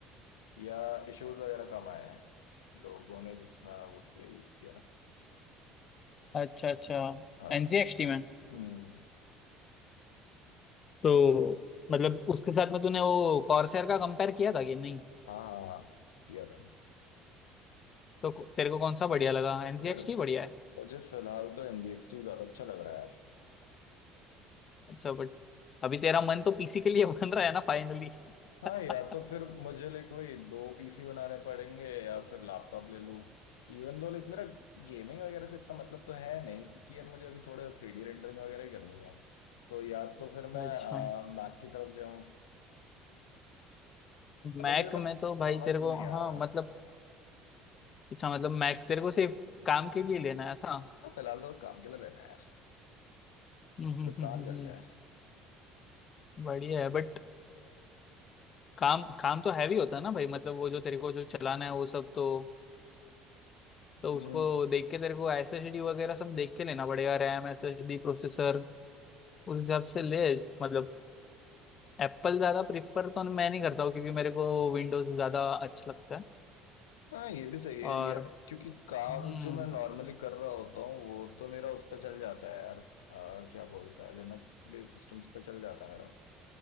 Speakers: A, on the left; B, on the left.
A: या इश्यूज वगैरह कम आए हैं लोगों ने जितना वो किया यूज किया ना
B: अच्छा अच्छा
A: हाँ
B: एनजीएक्सटी में
A: हम्म
B: तो मतलब उसके साथ में तूने वो कॉर्सर का कंपेयर किया था कि नहीं
A: हाँ हाँ हाँ या भाई
B: तो को- तेरे को कौन सा बढ़िया लगा एनजीएक्सटी
A: यार
B: बढ़िया है
A: मुझे फिलहाल तो एनडीएक्सटी ज्यादा अच्छा लग रहा है यार
B: अच्छा बट अभी तेरा मन तो पीसी के लिए <laughs> बन रहा है ना फाइनली
A: हाँ
B: <laughs>
A: यार तो फिर मुझे लाइक वही दो पीसी बनाने पड़ेंगे या फिर लैपटॉप ले लूँ इवन दो लाइक मेरा गेमिंग वगैरह से इतना मतलब तो है नहीं क्योंकि यार मुझे अभी थोड़ा थ्री डी रेंडरिंग वगैरह ही करनी है तो या तो फिर मैं
B: अच्छा
A: मैक की तरफ जाऊँ मतलब
B: मैक
A: मुझे बस
B: में तो भाई
A: समझ
B: तेरे को
A: नहीं आ
B: हाँ
A: रहा हाँ,
B: मतलब अच्छा मतलब मैक तेरे को सिर्फ काम के लिए लेना है ऐसा हम्म,
A: फिलहाल तो बस काम के लिए लेना है यार
B: हम्म, हम्म,
A: कि बस काम
B: हम्म,
A: चल
B: हम्म,
A: जाए
B: बढ़िया है बट काम काम तो हैवी होता है ना भाई मतलब वो जो तेरे को जो चलाना है वो सब तो तो
A: हम्म
B: उसको देख के तेरे को एसएसडी वगैरह सब देख के लेना पड़ेगा रैम एसएसडी प्रोसेसर उस हिसाब से ले मतलब एप्पल ज्यादा प्रिफर तो मैं नहीं करता हूँ क्योंकि मेरे को विंडोज ज्यादा अच्छा लगता है
A: हाँ ये भी सही है
B: और
A: या क्योंकि काम
B: हम्म
A: जो मैं नॉर्मली कर रहा होता हूँ वो तो मेरा उस पर चल जाता है यार आ, क्या बोलता है लिनक्स बेस्ड सिस्टम्स पे चल जाता है मेरा